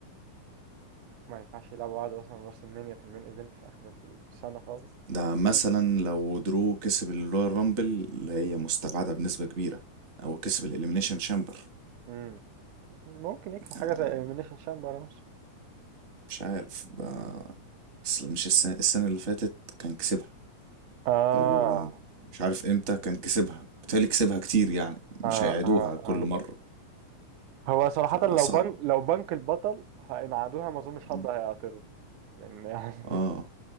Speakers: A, on the right; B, on the right.
A: فما ينفعش يلعبوا بعض مثلا رأس المنيا في المين إيفنت في آخر السنة خالص
B: ده مثلا لو درو كسب الرويال رامبل اللي هي مستبعدة بنسبة كبيرة او كسب الاليمينيشن شامبر
A: مم. ممكن يكسب حاجة
B: يعني
A: زي إليمينيشن شامبر مثلا
B: مش عارف بقى- اصل مش السنة, السنة اللي فاتت كان كسبها
A: آه
B: ومش عارف امتى كان كسبها بالتالي كسبها كتير يعني مش
A: آه
B: هيعيدوها
A: آه
B: كل
A: آه
B: مرة
A: هو صراحة
B: فصعب
A: لو بنك لو بنك البطل فإن عادوها ما أظنش
B: م.
A: حد هيعترض لأن يعني
B: اه